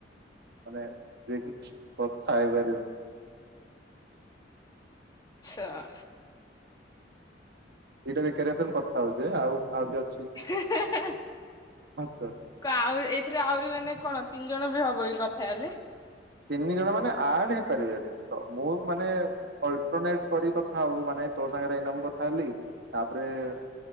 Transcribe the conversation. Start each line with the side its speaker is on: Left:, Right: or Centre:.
Right: ମାନେ ଯିଏକି କଥା ହେଇପାରିବ।
Left: ଆଛା।
Right: ଏଇଟା ବେକାରିଆ ତ ମୁଁ କଥା ହଉଛି ଏ ଆଉ ଆଉ କିଏ ଅଛି?
Left: ହେ ହେ ହେ।
Right: ତୋ
Left: କ ଆଉ ଏଇଥିରେ ଆହୁରି ମାନେ କଣ ତିନି ଜଣ ବି ହବ ଏ କଥା ହେଲେ।
Right: ତିନି ଜଣ ମାନେ ଆଡ୍ ହେଇପାରିବନି। ତ ମୁଁ ମାନେ ଅଲଟରନେଟ କରି କଥା ହବୁ ମାନେ ତୋ ସାଙ୍ଗରେ ଏଇନା ମୁ କଥା ହେଲି। ତାପରେ-ଏ-ଏ-ଏ